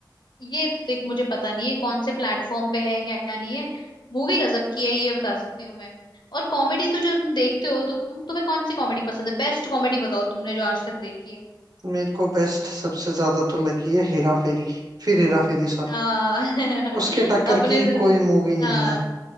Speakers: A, on the left; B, on the right.
A: ये तो देख मुझे पता नहीं है कौन से प्लेटफॉर्म पे है क्या नहीं है मूवी गजब की है ये बता सकती हूँ मैं और कॉमेडी तो जो तुम देखते हो तुम तुम्हें कौन सी कॉमेडी पसंद है बेस्ट कॉमेडी बताओ तुमने जो आज तक देखी है
B: मेरे को बेस्ट सबसे ज्यादा तो लगी है हेरा फेरी फिर हेरा फेरी सॉरी
A: हाँ <laughs>
B: उसके टक्कर
A: अपने
B: की कोई मूवी नहीं
A: हाँ
B: है